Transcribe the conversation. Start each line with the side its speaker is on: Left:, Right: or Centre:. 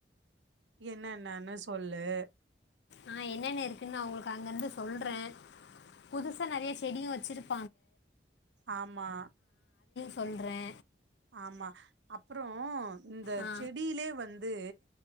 Right: என்னனனு சொல்லு
Left: ஆஹ் என்னன்ன இருக்குன்னு நா உங்களுக்கு அங்க இருந்து சொல்றே புதுசா நெறைய செடியு வச்சிருப்
Right: ஆமா
Left: சொல்றே
Right: ஆமா அப்ரோ இந்த
Left: ஆ
Right: செடியிலே வந்து